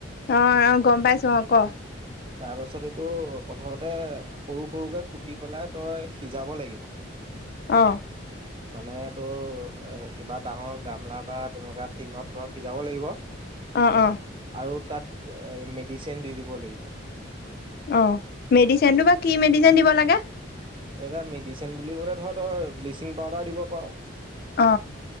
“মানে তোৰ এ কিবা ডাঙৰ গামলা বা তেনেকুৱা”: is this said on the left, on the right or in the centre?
Right